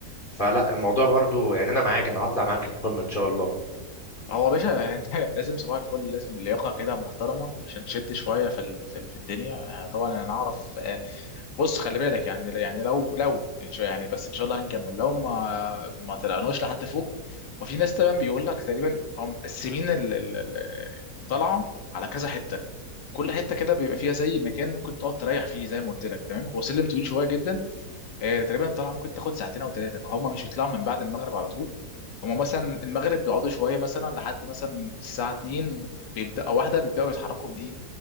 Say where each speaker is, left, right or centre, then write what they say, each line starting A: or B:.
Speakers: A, on the left (about 35°); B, on the left (about 85°).
A: فلا الموضوع برضو يعني انا معاك انا هطلع معاك القمه ان شاء الله
B: هو يا باشا <laughs> انت لازم صباح الفل لازم لياقه كده محترمه عشان تشد شويه في ال- في ال- في الدنيا آه، طبعا انا اعرف آه، بص خلي بالك يعني يعني لو لو إن شاء- يعني بس ان شاء الله هنكمل لو ما ما طلعناش لحد فوق وفي ناس طبعا بيقول لك تقريبا هم مقسمين ال- ال- ال- الطلعه على كذا حته كل حته كده بيبقى فيها زي مكان ممكن تقعد تريح فيه زي ما قلت لك تمام هو سلم طويل شويه جدا آه، تقريبا الطلعه ممكن تاخد ساعتين او ثلاثه فهم مش بيطلعوا من بعد المغرب على طول هم مثلا المغرب بيقعدوا شويه مثلا لحد مثلا الساعه 2 بيبدا او واحده بيبداوا يتحركوا من ايه